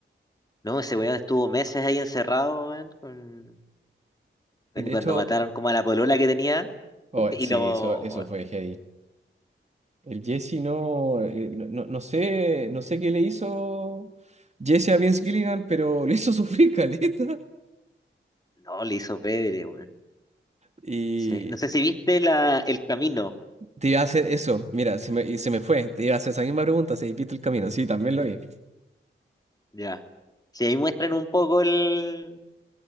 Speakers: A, on the left; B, on the right.
A: No, ese weón estuvo meses ahí encerrado, weón, con...
B: Y
A: weón,
B: de
A: y cuando
B: hecho,
A: mataron como a la polola que tenía,
B: oh,
A: <laughs> y
B: sí,
A: lo...
B: eso, eso fue heavy. El Jesse no, eh, no, no- no sé, no sé qué le hizo Jesse a Vince Gilligan, pero <laughs> le hizo sufrir caleta.
A: No, le hizo pedre, weón.
B: Y
A: Sí. No sé si viste la... el camino,
B: te iba a hacer eso, mira, se me, y se me fue, te iba a hacer esa misma pregunta, se viste el camino, sí, también lo vi.
A: ya. Si ahí muestran un poco el...